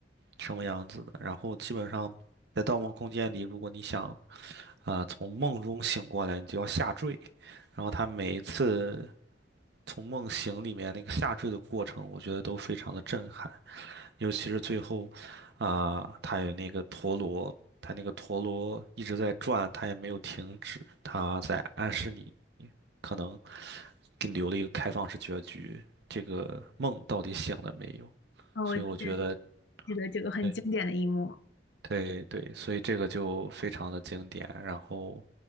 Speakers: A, on the right (about 65°); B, on the left (about 75°).
A: 什么样子的。然后基本上在《盗梦空间》里，如果你想啊、呃从梦中醒过来，你就要下坠。然后他每一次从梦醒里面那个下坠的过程，我觉得都非常的震撼，尤其是最后啊、他有那个陀螺，他那个陀螺一直在转，他也没有停止，他在暗示你可能给你留了一个开放式结局，这个梦到底醒了没有？
B: 哦，
A: 所以我觉得。
B: 我记得记得这个很经典的一幕。
A: 对。对对，所以这个就非常的经典。然后